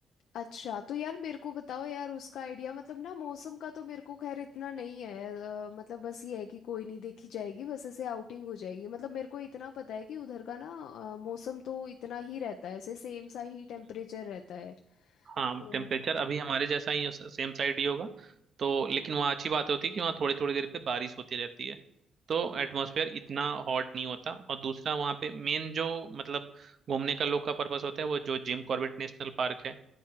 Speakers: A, on the left; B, on the right.
A: अच्छा तो यार मेरे को बताओ यार उसका आइडिया मतलब ना मौसम का तो मेरे को खैर इतना नहीं है अ, मतलब बस ये है कि कोई नहीं देखी जाएगी बस ऐसे आउटिंग हो जाएगी मतलब मेरे को इतना पता है कि उधर का ना अ, मौसम तो इतना ही रहता है ऐसे सेम सा ही टेम्परेचर रहता है तो
B: हाँ टेम्परेचर अभी हमारे जैसा ही सेम साइड ही होगा तो लेकिन वहाँ अच्छी बात होती है कि वहाँ थोड़ी थोड़ी देर पे बारिश होती रहती है तो एटमॉस्फेयर इतना हॉट नहीं होता और दूसरा वहाँ पे मेन जो मतलब घूमने का लोग का पर्पस होता है वो जो जिम कॉर्बेट नेशनल पार्क है